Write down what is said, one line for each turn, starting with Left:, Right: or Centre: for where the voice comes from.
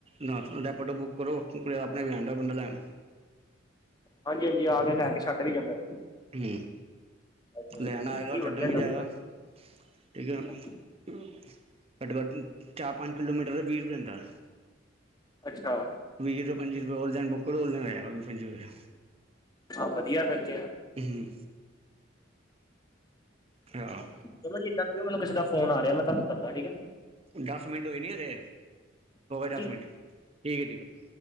Right: ਨ ਰੇਪਡੋ ਬੁੱਕ ਕਰੋ ਅਪਣੇ ਆਪ ਆ ਜਾਂਦਾ ਬੰਦਾ ਲੈਣ।
Left: ਹਾਂਜੀ- ਹਾਂਜੀ। ਆ ਕੇ ਲੈ ਕੇ ਛੱਡ ਵੀ ਜਾਂਦਾ
Right: ਹੂੰ।
Left: ਉਹ
Right: ਲੈਣ ਆਏਗਾ ਛੱਡਣ
Left: ਵਧੀਆ
Right: ਵੀ
Left: ਚੱਲ
Right: ਜਾਏਗਾ। ਕਿਦਾ
Left: ਰਿਹਾ
Right: ਠੀਕ ਏ ਹੁਣ ਘੱਟੋ ਘੱਟ ਚਾਰ ਪੰਜ ਕਿਲੋਮੀਟਰ ਏ ਵੀਹ ਰਪਏ ਹੁੰਦਾ
Left: ਅੱਛਾ।
Right: ਵੀਹ ਤੋਂ ਪੰਜੀ ਰੁਪਏ ਓਨਲਾਈਨ ਬੁੱਕਰ ਔਨਲਾਈ ਹੋ ਜਾਏਗਾ ਵੀ ਪੰਜੀ ਰੁਪਏ।
Left: ਹਾਂ ਵਧੀਆ ਫਿਰ ਤੇ
Right: ਹੂੰ। ਹਾਂ
Left: ਚਲੋ ਜੀ ਏਦਾਂ ਕਰਿਓ ਮੈਨੂੰ ਕਿਸੇ ਦਾ ਫੋਨ ਆ ਰਿਹਾ ਮੈਂ ਤੁਹਾਨੂੰ ਕਰਦਾ ਠੀਕ
Right: ਦਸ ਮਿੰਟ ਹੋਏ ਨੀ ਹਜੇ? ਹੋ
Left: ਹਾਂਜੀ
Right: ਗਏ ਦਸ ਮਿੰਟ। ਠੀਕ ਹੈ। ਠੀਕ ਹੈ